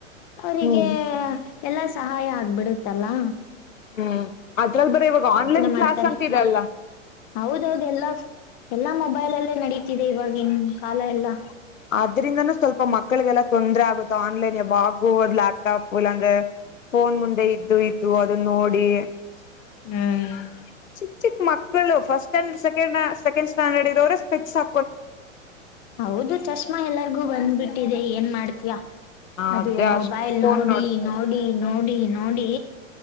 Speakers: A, on the left (about 25°); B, on the left (about 75°).
A: ಅವಿಗೆ
B: ಹ್ಮ್
A: ಎಲ್ಲಾ ಸಹಾಯ ಆಗ್ಬಿಡತ್ತಲ್ಲಾ
B: ಹ್ಮ್ ಅದ್ರಲ್ ಬರ ಇವಾಗ ಆನ್ಲೈನ್
A: ಮಾಡ್ತಾರೆ
B: ಕ್ಲಾಸ್ ಅಂತ ಇದೆಲ್ಲ
A: ಹೌದೌದು ಎಲ್ಲಾ ಎಲ್ಲಾ ಮೊಬೈಲ್ ಅಲ್ಲೇ ನಡತಿದೆ ಇವವಾಗಿನ್ ಕಾಲ ಎಲ್ಲಾ
B: ಅದರಿಂದನೂ ಸ್ವಲ್ಪ ಮಕ್ಕಳಿಗೆಲ್ಲ ತೊಂದರೆ ಆಗುತ್ತೆ ಆನ್ಲೈನ್ ಯಾವಾಗು ಲ್ಯಾಪ ್ಟಾಪ್ ಉಲ್ಲಾಂದ್ರೆ ಫೋನ್ ಮುಂದೆ ಇದ್ದು ಇದ್ದು ಅದನ್ನ ನೋಡಿ
A: ಹ್ಮ್
B: ಚಿಕ್ ಚಿಕ್ ಮಕ್ಕಳು first standard second second standard ಇರೋರೆ ಸ್ಕ್ಸ್ ಹ
A: ಹೌದು ಚಷ್ಮಾ ಎಲ್ಲರಿಗೂ ಬಂದ್ಬಿಟ್ಟಿದೆ ಏನ್ ಮಾಡ್ತೀಯಾ
B: ಅದೇ
A: ಅದು ಮೊಬೈಲ್
B: ಅಷ್ಟು ಫೋನ್
A: ನೋಡಿ
B: ನೋಡ್ತಾರೆ.
A: ನೋಡಿ ನೋಡಿ ನೋಡಿ ನೋಡಿ